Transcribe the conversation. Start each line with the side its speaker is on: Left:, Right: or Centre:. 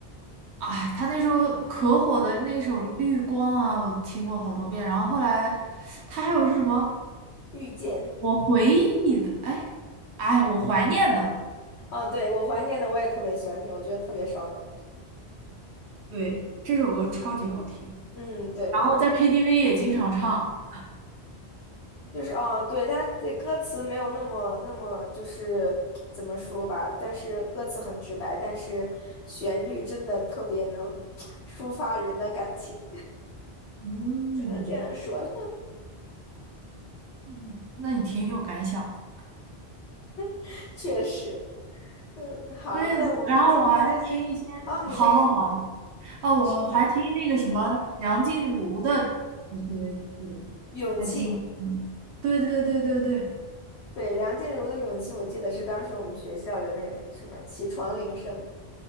Right: 哎，他那时候可火的那首《绿光》啊，我听过好多遍。然后后来他还有是什么？
Left: 遇见。
Right: 我回忆的，哎，哎，我怀念的，
Left: 哦，对，我怀念的我也特别喜欢听，我觉得特别烧脑。
Right: 对，这首歌超级好听。
Left: 嗯，对对，
Right: 然后在 KTV 也经常唱。
Left: 就是哦，对，它这歌词没有那么那么，就是怎么说吧？但是歌词很直白，但是旋律真的特别能抒发人的感情，
Right: 嗯，
Left: <laughs> 只能这样说了。
Right: 嗯那你挺有感想的。
Left: <laughs> 确实，嗯，好，
Right: 对，
Left: 那我们今天就先，
Right: 然后我还听一些，
Left: 哦，你可以说，
Right: 好好好，哦，
Left: 没事
Right: 我还听那个什么梁静茹的一些歌，
Left: 勇气，
Right: 还挺好听。对对对对对，
Left: 对，梁静茹的《勇气》，我记得是当时我们学校的那种什么起床铃声，